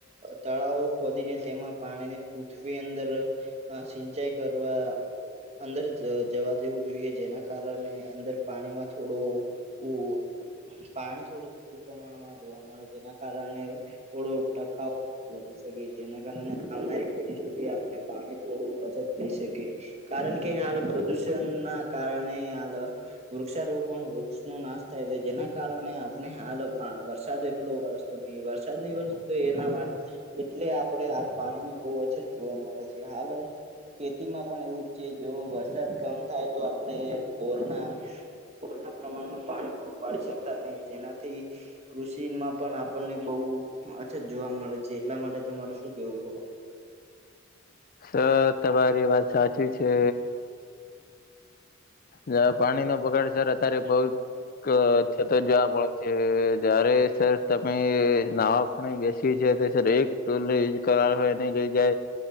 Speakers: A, on the right; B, on the left.
A: તળાવો ખોદીને. જેમાં પાણી ને પૃથ્વી અંદર અ સિંચાઈ કરવા અંદર જવા દેવું જોઈએ, જેના કારણે અંદર પાણીમાં થોડો ઉ પાણી થોડું વધુ પ્રમાણમાં જોવા મળે, જેના કારણે થોડો ટકાઉ વધી શકે, જેના કારણે આવનારી પેઢી સુધી આપણે પાણી થોડું બચત થઈ શકે, કારણ કે હાલ પ્રદુષણ ના કારણે હાલ વૃક્ષારોપણ પણ વૃક્ષ નો નાશ થાય છે, જેના કારણે આપણે હાલ પાણી વરસાદ એ એટલો વરસતો નહી, વરસાદ નહી વરસ તો એના માટે એટલે આ તાર પાણી ની બહુ અછત જોવા મળે છે હાલ. ખેતીમાં પણ એવું જ છે, જો વરસાદ કમ થાય તો, આપડે બોરના બોર ના પ્રમાણમાં પાણી પૂરું પાડી શકતા નહી, જેનાથી કૃષિ માં પણ આપ આપણને બઉ અછત જોવા મળે છે, એટલા માટે તમારે શું કેવું છે?
B: સર તમારી વાત સાચી છે. જ્યાં પાણી નો બગાડ સર અત્યારે બઉ ક થતો જોવા મળે. તે જયારે સર તમે નાવા પણે બેસી જ તો સર એક તોલે ઇજ કર હોય ને જાય,